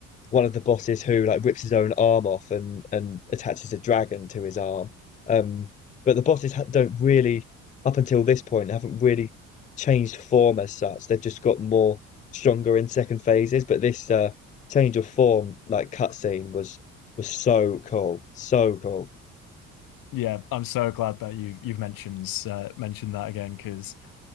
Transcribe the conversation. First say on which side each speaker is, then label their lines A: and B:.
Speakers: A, on the left (about 20°); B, on the left (about 50°).
A: one of the bosses who like rips his own arm off and and attaches a dragon to his arm. Um, but the bosses don't really, up until this point, haven't really changed form as such. They've just got more stronger in second phases. But this uh, change of form, like cutscene, was was so cool, so cool.
B: yeah. I'm so glad that you've you've mentioned uh, mentioned that again because